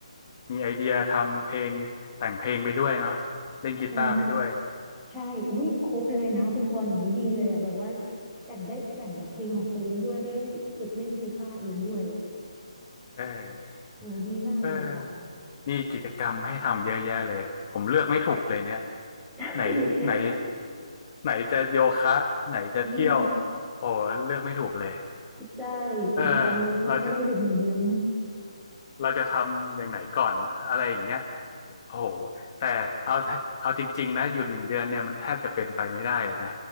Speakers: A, on the left; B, in the centre.
A: มีไอเดียทำเพลงแต่งเพลงไปด้วยเนาะเล่นกีตาร์ไปด้วย
B: อ๋อใช่อุ้ยครบเลยนะคุณปอนอย่างนี้ดีเลยอ่ะแบบว่าแต่งได้แต่งแบบเพลงของตัวเองด้วยได้ฝึกเล่นกีตาร์เองด้วย
A: เออ
B: โอ้ดีมากเลยค่ะ
A: เออ มีกิจกรรมให้ทำเยอะแยะเลยผมเลือกไม่ถูกเลยเนี่ย
B: <laughs> ใช่
A: ไหนไหนไหนจะโยคะไหนจะเที่ยว
B: อืม
A: โอ้เลือกไม่ถูกเลย
B: ใช่
A: เออ
B: กิจกรรมเยอะมากถ้าได้หยุดหนึ่งเดือน
A: เราจะเราจะทำอย่างไหนก่อนอะไรอย่างเงี้ยโอ้โหแต่เอาเอาจริงๆนะหยุดหนึ่งเดือนเนี่ยมันแทบจะเป็นไปไม่ได้อะนะ